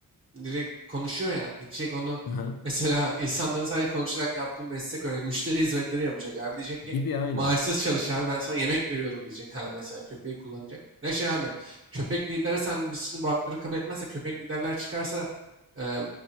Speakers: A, on the right; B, on the left.
A: direkt konuşuyor ya. Gidecek onu
B: Aha.
A: <laughs> mesela insanların sadece konuşarak yaptığı meslek öyle. Müşteri hizmetleri yapacak abi. Diyecek ki
B: Gibi aynen.
A: maaşsız çalış abi ben sana yemek veriyorum diyecek abi mesela köpeği kullanacak. Ne şey abi köpek lideri sen biz şimdi bu hakları kabul etmezse köpek liderler çıkarsa e,